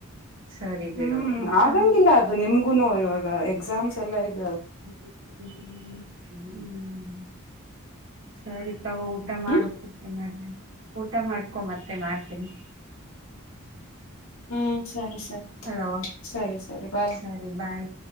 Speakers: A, on the right; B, on the left.
A: ಸರಿ ಬಿಡು
B: ಹ್ಮ್
A: ಅಂತ
B: ಆಗಂಗಿಲ್ಲ
A: ಅಂದ್ಲು.
B: ಅದು ನಿಮ್ಗುನು ಇವಾಗ ಎಕ್ಸಾಮ್ಸ್ ಎಲ್ಲಾ ಇದ
A: ಹ ಸರಿ ತಗೋ ಊಟ ಮಾಡು
B: ಹ್ಮ್
A: ಮತ್ತೆ ಮಾಡ್ತೀ ಊಟ ಮಾಡ್ಕೊ ಮತ್ತೆ ಮಾಡ್ತೀನಿ.
B: ಹ್ಮ್ ಸರಿ ಸರಿ.
A: ಹಲೋ
B: ಸರಿ ಸರಿ ಬಾಯ್
A: ಸರಿ ಬಾಯ್.